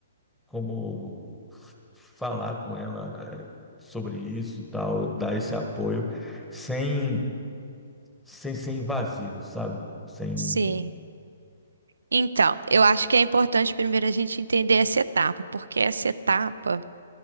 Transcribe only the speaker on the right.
Sim. Então, eu acho que é importante primeiro a gente entender essa etapa, porque essa etapa